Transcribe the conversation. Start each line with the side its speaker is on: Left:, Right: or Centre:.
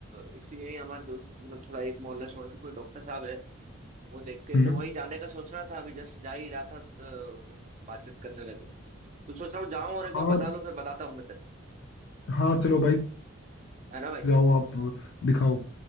Right: अ, इसी यही हमारे दो- मतलब थोड़ा एक मोहल्ला छोड़ के कोई डॉक्टर साहब है वो देखते हैं
Left: हम्म
Right: तो वही जाने का सोच रहा था अभी जस्ट जा ही रहा था तो बातचीत करने लगे तो सोच रहा हूँ जाऊँ और
Left: हाँ
Right: एक बार बता लूँ फिर बताता हूँ मैं तेरे
Left: हाँ चलो भाई
Right: को है ना भाई
Left: जाओ आप दिखाओ